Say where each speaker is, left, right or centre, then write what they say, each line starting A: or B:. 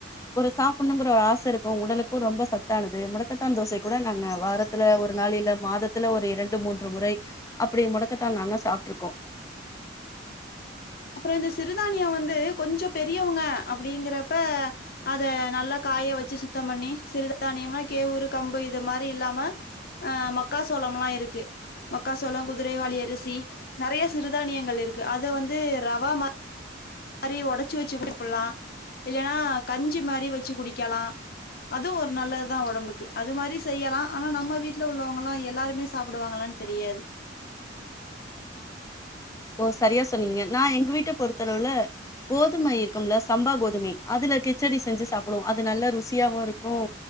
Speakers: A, on the left; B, on the left.
A: ஒரு சாப்படணுங்கிற ஒரு ஆசை இருக்கும் உடலுக்கும் ரொம்ப சத்தானது முடக்கத்தான் தோசை கூட நாங்க வாரத்துல ஒரு நாள் இல்ல மாதத்துல ஒரு இரண்டு மூன்று முறை அப்டி முடக்கத்தான் நாங்க சாப்பிட்டுருக்கோம்
B: அப்பறம் இந்த சிறுதானியம் வந்து கொஞ்சம் பெரியவங்க அப்டிங்கிறப்ப அத நல்லா காய வச்சு சுத்தம் பண்ணி சிறுதானியம்னா கேவுரு கம்பு இது மாரி இல்லாம ஆ மக்காசோளம் எல்லாம் இருக்கு மக்காசோளம் குதிரைவாளி அரிசி நெறைய சிறுதானியங்கள் இருக்கு அத வந்து ரவாம மாரி உடைச்சு வச்சு குடுப்பலாம் இல்லன்னா கஞ்சி மாரி வச்சு குடிக்கலாம் அதுவும் ஒரு நல்லதுதான் உடம்புக்கு க்கு அது மாரி செய்யலாம் ஆனா நம்ம வீட்டுல உள்ளவங்கல்லாம் எல்லாருமே சாப்படுவாங்களானு தெரியாது
A: ஓ சரியா சொன்னீங்க நான் எங்க வீட்ட பொறுத்தளவுல கோதுமை இருக்கும்ல சம்பா கோதுமை அதுல கிச்சடி செஞ்சு சாப்பிடுவோம் அது நல்லா ருசியாவும் இருக்கும்